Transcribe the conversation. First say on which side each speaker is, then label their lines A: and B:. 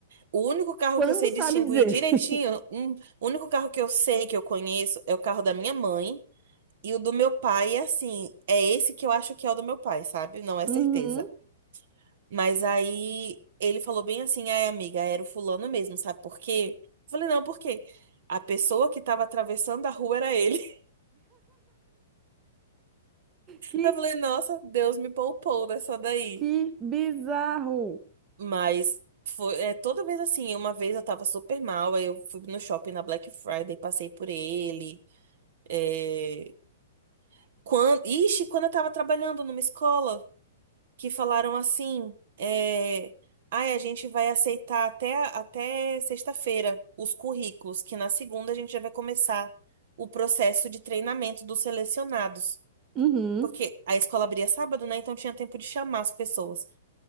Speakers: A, on the right; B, on the right.
A: O único carro
B: Quando
A: que eu sei
B: sabe
A: distinguir
B: dizer?
A: direitinho,
B: <laughs>
A: um, o único carro que eu sei que eu conheço é o carro da minha mãe e o do meu pai, é assim, é esse que eu acho que é o do meu pai, sabe? Não é
B: Uhum.
A: certeza. Mas aí ele falou bem assim, ai amiga, era o fulano mesmo, sabe por quê? Eu falei, não, por quê? A pessoa que tava atravessando a rua era ele. <laughs>
B: Que,
A: Eu falei, nossa, Deus me poupou dessa daí.
B: que bizarro.
A: Mas foi, é toda vez assim. Uma vez eu tava super mal, aí eu fui no shopping na Black Friday, passei por ele. É... Quando... Ixi, quando eu tava trabalhando numa escola, que falaram assim: é... Ai, a gente vai aceitar até, até sexta-feira os currículos, que na segunda a gente já vai começar o processo de treinamento dos selecionados.
B: Uhum.
A: Porque a escola abria sábado, né? Então tinha tempo de chamar as pessoas.